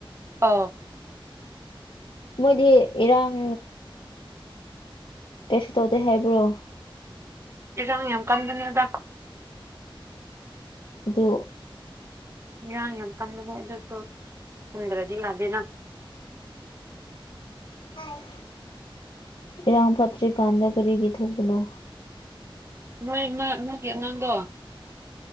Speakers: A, on the right (about 30°); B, on the left (about 65°).
A: ꯑꯥꯎ
B: ꯃꯣꯏꯗꯤ ꯏꯔꯥꯡ ꯀꯁꯨ ꯇꯧꯗꯦ ꯍꯥꯏꯕ꯭ꯔꯣ
A: ꯏꯔꯥꯡ ꯌꯥꯝ ꯀꯝꯕꯅꯦꯗ
B: ꯑꯗꯨ
A: ꯢꯔꯥꯡ ꯌꯥꯝ ꯀꯟꯕꯅꯦ ꯑꯗꯨꯁꯨ ꯈꯟꯗ꯭ꯔꯗꯤ ꯌꯥꯗꯦꯅ
B: ꯑꯩ ꯏꯔꯥꯡ ꯄꯠꯇ꯭ꯔꯤꯀꯥꯟꯗ ꯀꯔꯤꯒꯤ ꯊꯣꯛꯄꯅꯣ
A: ꯅꯣꯏꯃ ꯅꯣꯢꯒꯤ ꯑꯉꯥꯡꯗꯣ